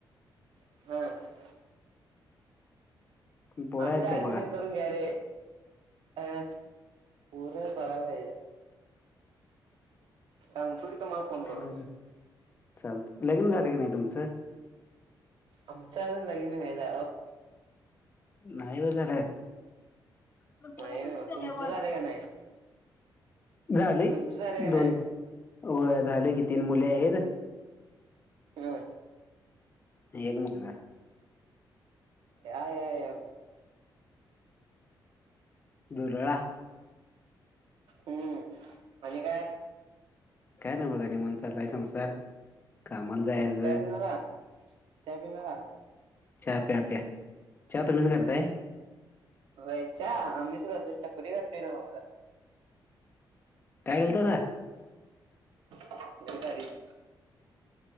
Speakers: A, on the right; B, on the left.
A: हम्
B: पोरं
A: आम्ही
B: आहेत का
A: ऍडमिशन
B: बघा
A: करून घ्या रे अ पूर्ण बघा पाहिजे. सांगतो की तुम्हाला फोन करून.
B: बरं चालत लग्न झाले की नाही तुमचं?
A: आमच्या अजून लगीन नाही झालं हो.
B: नाही ब झालं अस
A: नाही
B: बोलाय
A: ना
B: त्यावर.
A: तुमचं झालं का नाही
B: झाले
A: तुमचं झालं का
B: दोन
A: नाही
B: व झाले कि तीन मुले आहेत.
A: हम
B: एक मुलगा
A: या या या
B: दुरळा
A: हम्म आणि काय?
B: काय ना बघा नि म्हण चाललाय संसार. कामाला जायचं
A: चहा पिणारा चहा पिणारा
B: चहा प्या प्या चहा तुम्हीच करताय?
A: व्हय चहा आम्हीच करतोय टपरी घातली नव्ह आता.
B: काय केालतोसा.
A: द्या तारीख